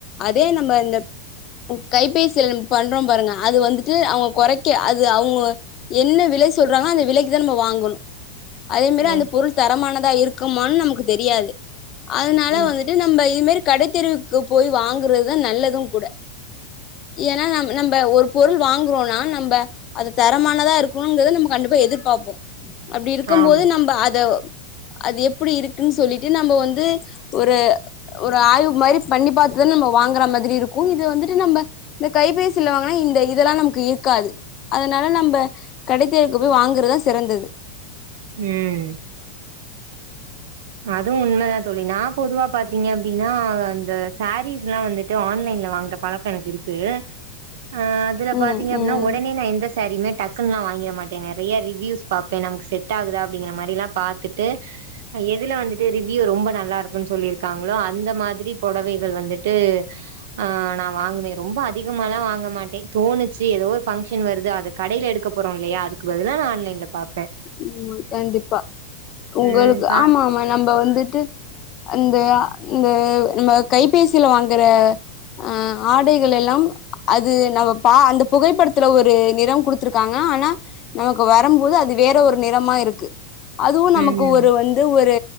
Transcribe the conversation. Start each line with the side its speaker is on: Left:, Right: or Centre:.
Left: அதே நம்ம இந்த கைபேசில நாம பண்றோம் பாருங்க அது வந்துட்டு அவுங்க கொறைக்க அது அவுங்க என்ன விலை சொல்றாங்களோ அந்த விலைக்குதான் நம்ம வாங்கணும் அதே மாரி
Right: ம்.
Left: அந்த பொருள் தரமானதா இருக் க்குமானு நமக்கு தெரியாது அதுனால
Right: ம்.
Left: வந்துட்டு நம்ப இதுமாரி கடை தெருவுக்கு போய் வாங் ங்குருதா நல்லதும் கூட ஏன்னா நாம் நம்ப ஒரு பொருள் வாங்குறோனா நம்ப அது தரமானதா இருக்கணுங்கத நம்ம கண்டிப்பா எதிர்பாப்போம் அப்டி இருக்கும்
Right: ஆமா.
Left: போது நம்ப அத அது எப்டி இருக்குன் சொல்லிட்டு நம்ம வந்து ஒரு ஒரு ஆய்வு மாரி பண்ணி பாத்துதான் நம்ம வாங்கற மாதிரி இருக்கும் இது வந்து து நம்ம இந்த கைபேசில வாங்குனா இந்த இதெல்லாம் நமக்கு இ இருக்காது அதுனால நம்ம கடைத்தெருவுக்கு போய் வாங்குறதா சிறந்தது
Right: ம். அதுவும் உண்மதான் தோழி நா பொதுவா பாத்தீங்க அப்படின்னா இந்த சாரீஸ் எல்லாம் வந்துட்டு ஆன்லைன்ல வாங்கற பழக்கம் எனக்கு இருக்கு ஆஹ் அதுல
Left: ம்
Right: பாத்தீங்க அப்படனா
Left: ம்
Right: உடனே நான் எந்த சாறிமே டக்குன்னலாம் வாங்கிட மாட்டேன் நிறையா ரிவியூஸ் பார்ப்பேன் நமக்கு செட் ஆகுதா அப்டிங்கிற மாதிரி எல்லாம் பார்த்தட்டு எதுல வந்துட்டு ரிவ்யூ ரொம்ப நல்லா இருக்குன்னு சொல்லிருக்காங்களோ அந்த மாதிரி புடவைகள் வந்துட்டு ஆஹ் நான் வாங்குவேன் ரொம்ப அதிகமாலாம் வாங்க மாட்டேன் தோணுச்சு ஏதோ ஒரு ஃபங்க்ஷன் வருது அது கடையில எடுக்க போறோம் இல்லையா அதுக்கு பதிலா நான் ஆன்லைன்ல பாப்பேன்
Left: உ கண்டிப்பா உங்களுக்கு
Right: ம். பா
Left: ஆமா ஆமா நம்ப வந்துட்டு அந்த அ நம்ம கைபேசியில வாங்கற ஹ ஆடைகள் எல்லாம் அது நம்ம அந்த புகைப்படத்துல ஒரு நிறம் கொடுத்துருக்காங்க ஆனா நமக்கு வரும்போது அது வேற ஒரு நிறமா இருக்கு அதுவும் நமக்கு
Right: ம்.
Left: ஒரு வந்து ஒரு